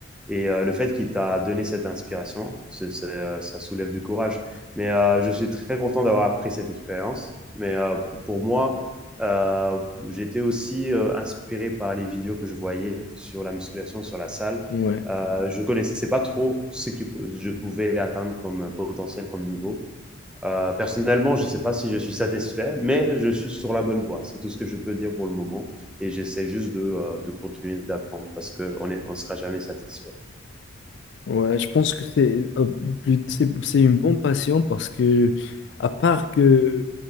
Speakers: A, in the centre; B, on the left.
A: et euh, le fait qu'il t'a donné cette inspiration, c'est- c'est, euh, ça soulève du courage. Mais euh, je suis très content d'avoir appris cette expérience. Mais euh, pour moi, euh, j'étais aussi euh, inspiré par les vidéos que je voyais sur la musculation, sur la salle.
B: ouais,
A: Euh, je connaissais pas trop ce que je pouvais atteindre comme potentiel, comme niveau. Euh, personnellement, je ne sais pas si je suis satisfait, mais je suis sur la bonne voie. C'est tout ce que je peux dire pour le moment. Et j'essaie juste de, euh, de continuer d'apprendre parce qu'on ne on ne sera jamais satisfait.
B: ouais, je pense que c'est euh, plus- c'est c'est une bonne passion parce que, à part que,